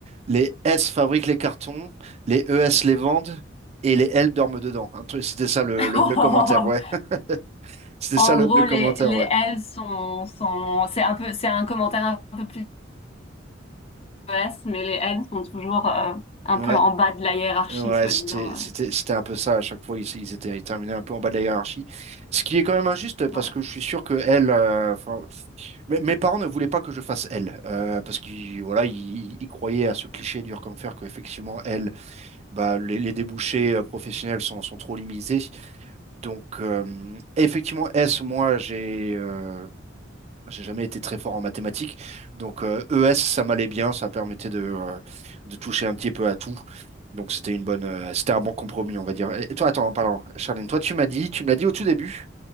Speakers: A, on the right (about 35°); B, on the left (about 30°).
A: Les S fabriquent les cartons, les E S les vendent et les L dorment dedans. Un truc- C'était ça le,
B: <laughs>
A: le- le commentaire, ouais. <laughs> C'était
B: En
A: ça le,
B: gros,
A: le commentaire,
B: les, les
A: ouais.
B: L sont, sont, c'est un peu, c'est un commentaire un peu plus ES, mais les N sont toujours euh, un
A: Ouais.
B: peu en bas de la hiérarchie,
A: Ouais,
B: soi-disant.
A: c'était,
B: euh.
A: c'était, c'était un peu ça. À chaque fois, ils, ils étaient terminés un peu en bas de la hiérarchie. Ce qui est quand même injuste parce
B: Ouais.
A: que je suis sûr que elle, euh, enfin, mes, mes parents ne voulaient pas que je fasse elle. euh, parce qu'ils, voilà, ils, ils croyaient à ce cliché dur comme fer qu'effectivement, elle, bah, les, les débouchés euh, professionnels sont, sont trop limités. Donc, euh, effectivement, S, moi, j'ai. euh, j'ai jamais été très fort en mathématiques. Donc, euh, ES, ça m'allait bien. Ça permettait de, euh, de toucher un petit peu à tout. Donc, c'était une bonne, euh, c'était un bon compromis, on va dire. Et toi, attends, pardon, Charline, toi, tu m'as dit, tu me l'as dit au tout début.